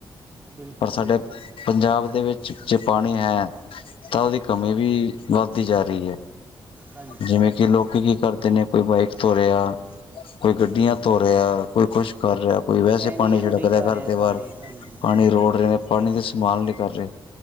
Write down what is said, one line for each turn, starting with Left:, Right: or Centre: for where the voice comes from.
Right: ਬਿਲਕੁਲ
Left: ਪਰ ਸਾਡੇ
Right: ਬਿਲਕੁਲ
Left: ਪੰਜਾਬ ਦੇ ਵਿੱਚ ਜੇ ਪਾਣੀ ਹੈ, ਤਾਂ ਉਹਦੀ ਕਮੀ ਵੀ ਵੱਧਦੀ ਜਾ ਰਹੀ ਏ।
Right: ਹਾਂਜੀ
Left: ਜਿਵੇਂ ਕਿ ਲੋਕੀ ਕੀ ਕਰਦੇ ਨੇ ਕੋਈ ਬਾਈਕ ਧੋ ਰਿਆ ਕੋਈ ਗੱਡੀਆਂ ਧੋ ਰਿਆ ਕੋਈ ਕੁਛ ਕਰ ਰਿਹਾ ਕੋਈ ਵੈਸੇ
Right: ਐਵੇਂ
Left: ਪਾਣੀ
Right: ਹੀ ਰੁੜੀ
Left: ਛਿੜਕ ਰਿਹਾ
Right: ਜਾ
Left: ਘਰ
Right: ਹੈ
Left: ਦੇ ਬਾਹਰ,
Right: ਪਾਣੀ ਹਾਂਜੀ
Left: ਪਾਣੀ ਰੋੜ ਰਹੇ ਨੇ। ਪਾਣੀ ਦੀ ਸੰਭਾਲ ਨਹੀਂ ਕਰ ਰਹੇ।